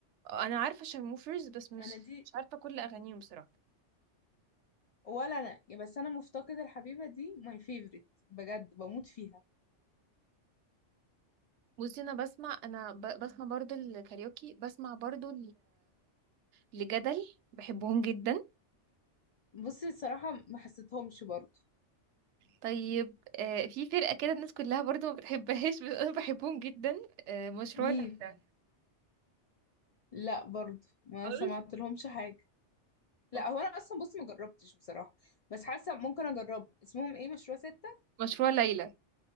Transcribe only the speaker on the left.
انا دي
ولا انا يا بس انا مفتقد الحبيبه دي ماي فيفورت بجد بموت فيها
بصي الصراحه ما حسيتهمش برضو
مين
لا برضو ما
سمعت لهمش حاجه لا
هو انا اصلا بصي ما جربتش بصراحه بس حاسه ممكن اجرب اسمهم ايه مشروع ست